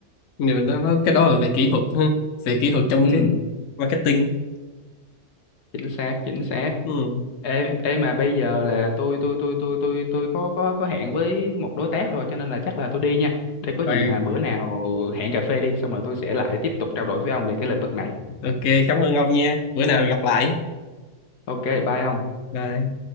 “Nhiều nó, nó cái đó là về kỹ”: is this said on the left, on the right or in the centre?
Left